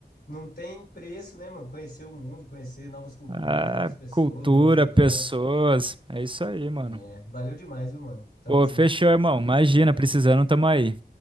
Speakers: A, on the left (about 65°); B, on the right (about 30°).
A: não tem preço, né, mano? Conhecer o mundo, conhecer novas culturas,
B: Ah,
A: novas pessoas,
B: cultura,
A: novos lugares.
B: pessoas, é isso aí, mano.
A: É, valeu demais, viu, mano? Tamo
B: Pô,
A: junto.
B: fechou, irmão. Imagina,
A: Valeu.
B: precisando, tamo aí.